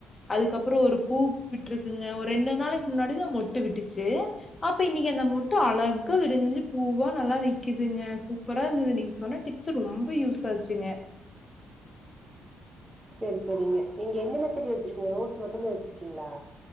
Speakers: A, on the left; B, on the right.
A: அதுக்கப்றோ ஒரு பூ விட்டுருக்குங்க ஒரு ரெண்டு நாளுக்கு முன்னாடி தா மொட்டு விட்டுச்சு அப்ப இன்னைக்கு அந்த மொட்டு அழகா விரிஞ்சு பூவா நல்லா நிக்குதுங்க சூப்பரா இருந்தது நீங்க சொன்ன டிப்ஸு ரொம்ப யூஸ் ஆச்சுங்க
B: சேரி சேரிங்க நீங்க என்னென்ன செடி வச்சிருக்கீங்க ரோஸ் மட்டுந்தா வச்சிருக்கீங்களா